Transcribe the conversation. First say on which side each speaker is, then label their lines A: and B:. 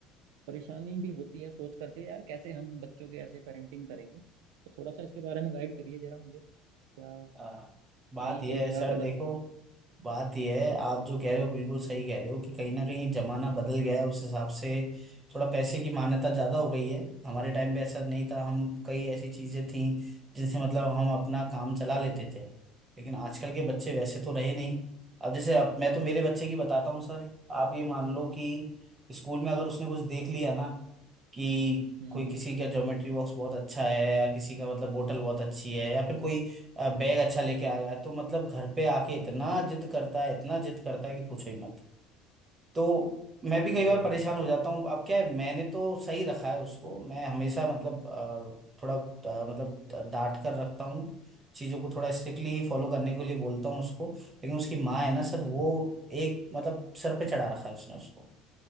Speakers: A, on the right; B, on the right.
A: परेशानी भी होती है सोच करके यार कैसे हम बच्चों के ऐसे पेरेंटिंग करेंगे तो थोड़ा सा इसके बारे में गाइड करिए जरा मुझे क्या
B: आ, बात
A: सही
B: यह
A: है क्या
B: है सर
A: गलत
B: देखो
A: है
B: बात यह है आप जो कह रहे हो बिल्कुल सही कह रहे हो कि कहीं ना कहीं जमाना बदल गया है उस हिसाब से थोड़ा पैसे की मान्यता ज़्यादा हो गई है हमारे टाइम पे ऐसा नहीं था हम कई ऐसी चीज़ें थीं जिनसे मतलब हम अपना काम चला लेते थे लेकिन आजकल के बच्चे वैसे
A: जी
B: तो रहे नहीं अब जैसे अब मैं तो मेरे बच्चे की बताता हूँ सर आप ये मान लो कि स्कूल में अगर उसने कुछ देख लिया ना कि
A: हम्म
B: कोई किसी का ज्योमेट्री बॉक्स बहुत अच्छा है या किसी का मतलब बोतल बहुत अच्छी है या फिर कोई अ, बैग अच्छा लेके आ गया तो मतलब घर पे आके इतना जिद करता है इतना जिद करता है कि पूछो ही मत तो मैं
A: वही
B: भी कई
A: वही
B: बार
A: वही
B: परेशान हो जाता हूँ अब क्या है मैंने तो सही रखा है उसको मैं हमेशा मतलब अ, थोड़ा अ, मतलब डांट कर रखता हूँ चीज़ों को थोड़ा स्ट्रिक्टली ही फॉलो करने के लिए बोलता हूँ उसको लेकिन उसकी माँ है ना सर
A: हम्म
B: वो एक मतलब सर पे चढ़ा रखा है उसने उसको